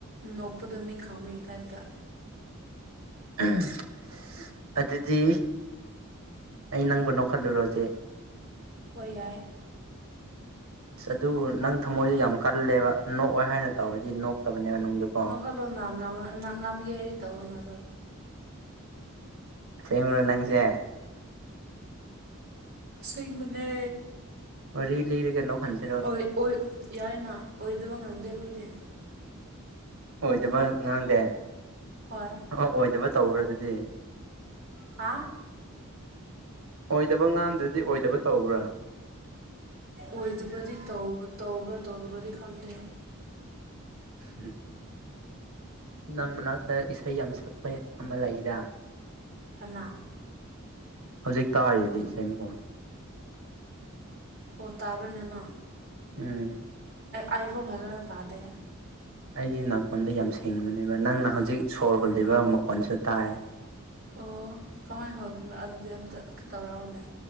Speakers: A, on the right; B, on the right.
A: ꯅꯣꯛꯄꯗ ꯃꯤꯡ ꯈꯥꯡꯕꯩ ꯇꯥꯏꯞꯇ
B: ꯎꯝ ꯁꯁ ꯑꯗꯨꯗꯤ ꯑꯩ ꯅꯪꯕꯨ ꯅꯣꯛꯍꯜꯂꯨꯔꯣ ꯍꯧꯖꯤꯛ
A: ꯍꯣꯏ ꯌꯥꯏ
B: ꯑꯁ ꯑꯗꯨꯕꯨ ꯅꯪ ꯊꯃꯣꯏꯗꯣ ꯌꯥꯝ ꯀꯜꯂꯦꯕ ꯅꯣꯛꯑꯣ ꯍꯥꯏꯅ ꯇꯧꯔꯗꯤ ꯅꯣꯛꯇꯕꯅꯦꯕ ꯅꯪꯗꯨꯀꯣ
A: ꯂꯧꯁꯤꯟꯕ ꯉꯝꯗꯕ ꯅ ꯉꯝꯒꯦ ꯍꯥꯏꯔꯗꯤ ꯇꯧꯋꯣꯅ ꯑꯗꯣ
B: ꯑꯁꯦꯡꯕꯔꯣ ꯅꯪꯁꯦ
A: ꯑꯁꯦꯡꯕꯅꯦ
B: ꯃꯔꯤ ꯂꯤꯔꯒ ꯅꯣꯛꯍꯟꯁꯦ
A: ꯑꯣꯏ ꯑꯣꯏ ꯌꯥꯔꯦꯅ ꯑꯣꯏꯗꯕ ꯉꯡꯗꯦ ꯑꯩꯈꯣꯏꯗꯤ
B: ꯑꯣꯏꯗꯕ ꯉꯥꯡꯗꯦ
A: ꯍꯣꯏ
B: ꯑ ꯑꯣꯏꯗꯕ ꯇꯧꯕ꯭ꯔꯥ ꯑꯗꯨꯗꯤ
A: ꯍꯥꯥ
B: ꯑꯣꯏꯗꯕ ꯉꯥꯟꯗ꯭ꯔꯗꯤ ꯑꯣꯏꯗꯕ ꯇꯧꯕ꯭ꯔꯥ
A: ꯑꯣꯏꯗꯕꯗꯤ ꯇꯧꯕ꯭ꯔꯥ ꯇꯧꯗꯕꯗꯤ ꯈꯪꯗꯦ
B: ꯎꯝ ꯅꯪ ꯃꯅꯥꯛꯇ ꯏꯁꯩ ꯌꯥꯝ ꯁꯛꯄ ꯑꯃ ꯂꯩꯗ
A: ꯀꯅꯥ
B: ꯍꯧꯖꯤꯛ ꯇꯥꯔꯤꯁꯤꯗꯤ ꯏꯁꯩ ꯃꯈꯣꯟ
A: ꯄꯣ ꯇꯥꯕꯅꯤꯅ
B: ꯎꯝ
A: ꯑꯩ ꯐꯣꯟ ꯐꯖꯅ ꯇꯥꯗꯦ
B: ꯑꯩꯗꯤ ꯅꯥꯀꯣꯟꯗ ꯌꯥꯝ ꯁꯦꯡꯕꯅꯦꯕ ꯅꯪꯅ ꯍꯧꯖꯤꯛ ꯁꯣꯔ ꯍꯨꯜꯂꯤꯕ ꯃꯀꯣꯟꯁꯨ ꯇꯥꯏ
A: ꯑꯣ ꯀꯃꯥꯏꯅ ꯍꯣꯕꯅꯣ ꯑꯗꯨꯗꯤ ꯑꯝꯇ ꯇꯧꯔꯛꯑꯣꯅꯦ